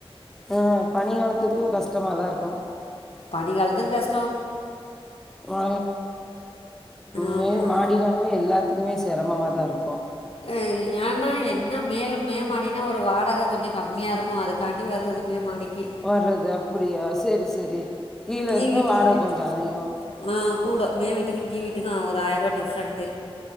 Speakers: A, in the centre; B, on the left.
A: ஆ பனிக்காலத்துக்கு கஸ்டமாதா இருக்கு
B: பனி காலத்து கஸ்
A: ஆ
B: ஆமாம்
A: மேல் மாடினாவே எல்லாத் துக்மே செரமமாதா இருக்கு
B: ஆ யான்னா என்ன மேல் மேமாடினா
A: ம்
B: ஒ வாடக கொஞ்சொ கம்மியா இருக்கு அதுக்காண்டி வர்றது மே மாடிக்கி
A: வர்றது அப்டியா சேரி சேரி கீழ
B: கீழ்
A: இருந்தா
B: வீட்டுக்கும்
A: வாடக கொஞ்சொ அதிகொ
B: ஆ கூடொ மே வீட்டுக்கு கீ வீட்டுக்கு ஒரு ஆய்ருவா டிஃப்ரெண்ட்டு